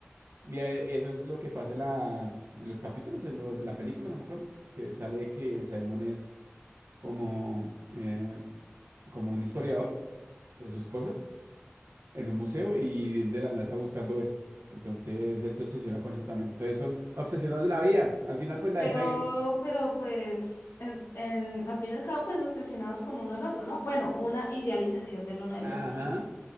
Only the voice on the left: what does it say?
Pero,
pero pues, en, en, al fin y al cabo, pues obsesionados con uno al otro, ¿no? Bueno, una idealización del uno del
otro, ¿no?